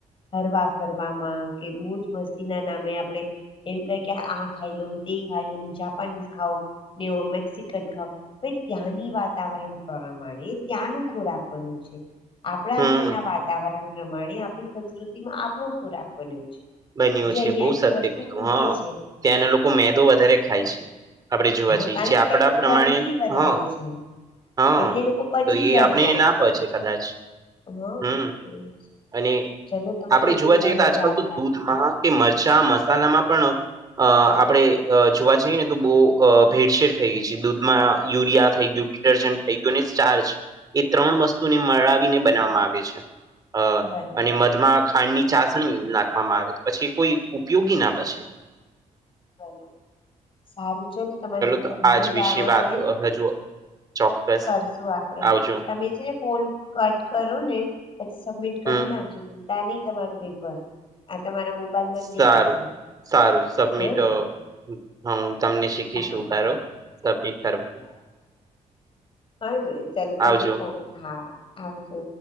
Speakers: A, on the left (about 40°); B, on the right (about 30°).
A: હરવા ફરવામાં કે મોજ મસ્તી ના નામે આપણેે એમ કય કે આ ખાઈ લોને તે ખાઈ લો જાપાની ખાવ ને મેક્સિકન ખાવ હવે ત્યાંની વાતાવરણ પ્રમાણે ત્યાંનું ખોરાક બન્યું છે. આપણા
B: હમ,
A: અહિયાં ના વાતાવરણ પ્રમાણે આપણી સંસ્કૃતિમાં આપણો ખોરાક બન્યો છે.
B: બન્યો
A: જે
B: છે
A: અહિયાં
B: બહુ સત્ય
A: જે વસ્તુ
B: કીધું
A: ઉગે
B: હ
A: છે
B: ત્યાંના લોકો મેદો વધારે ખાય છે. આપણે જોવા
A: હા
B: જઈએ
A: કારણ
B: છે
A: કે
B: આપડા
A: ત્યાંની
B: પ્રમાણે
A: ઠંડી વધારે
B: હ
A: છે
B: હા
A: એટલે લોકો પચી
B: તો એ
A: જાય
B: આપણી
A: ત્યાં
B: ના પછે કદાચ.
A: હા
B: હમ્મઅને
A: એ ચલો તમારી
B: આપણેે
A: જોડે
B: જોવા
A: બહુ
B: જઈએ તો
A: મજા
B: આજકાલ
A: આવી
B: તો
A: વાત
B: દૂધ માં કે મરચા મસાલામાં પણ અ આપણે જોવા જઈએ ને તો બો અ ભેડસેડ થઈ ગઈ છે દૂધમાં યુરિયા થઈ ગયું ડિટર્જન્ટ થઈ ગયું ને સ્ટાર્જ એ ત્રણ વસ્તુને મળાવીને બનાવવામાં આવે છે અ
A: બરોબર
B: અને મધમાં ખાંડ ની ચાસણી નાખવામાં આવે પછી કોઈ ઉપયોગી ના બચે.
A: બરોબર સારું ચલો તમારી જોડે
B: તો
A: ઘણું
B: આજ
A: જાણવા
B: વિશે વાત
A: મળ્યું.
B: અ, હજુ ચોક્કસ
A: કરશું આપડે
B: આવજો
A: તમે છે ને ફોન કટ કરો ને પછી સબમિટ કરી
B: હમ
A: નાખજો <unintelligible> તમારું પેપર આ તમારા મોબાઈલમાં જ
B: સારું
A: દેખાશે
B: સારું સબમિટ
A: હ ને
B: હુ તમને શીખીશું
A: હા
B: કારો સબમીટ કરો
A: હાને ચાલ તમે
B: આવજો
A: ફોન, હા આવજો